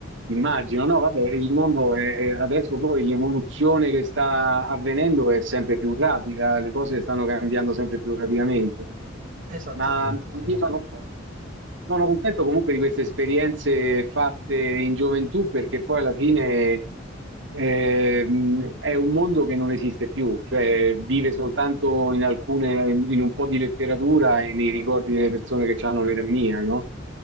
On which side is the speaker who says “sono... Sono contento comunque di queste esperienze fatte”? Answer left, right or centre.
Right